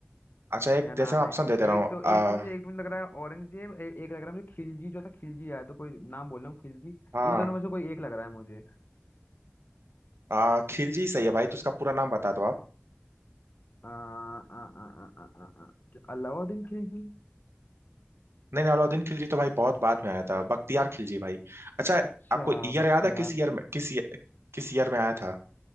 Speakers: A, on the right; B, on the left.
A: अच्छा एक
B: क्या नाम
A: जैसे मैं ऑप्शन
B: है
A: दे दे रहा
B: एक
A: हूँ
B: तो
A: आ,
B: एक तो मुझे एक तो मुझे लग रहा है औरंगजेब ए, एक लग रहा है मुझे खिलजी जो था खिलजी आया तो कोई नाम बोल रहा हूँ खिलजी
A: हाँ
B: इन दोनों में से कोई एक लग रहा है मुझे
A: आ, खिलजी सही है भाई तो उसका पूरा नाम बता दो आप
B: आ, आ, आ, आ, आ, आ, आ, क्या अलाउद्दीन खिलजी
A: नहीं नहीं अलाउद्दीन खिलजी तो भाई बहुत बाद में आया था बख्तियार खिलजी भाई अच्छा
B: अच्छा
A: आपको ईयर
B: बख्तियार
A: याद है किस ईयर में किस year- किस ईयर में आया था